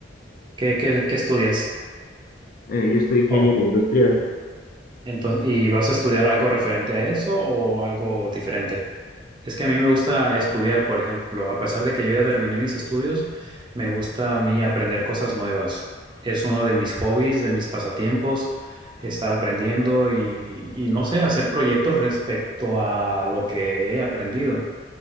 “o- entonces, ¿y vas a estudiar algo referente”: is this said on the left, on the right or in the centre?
Right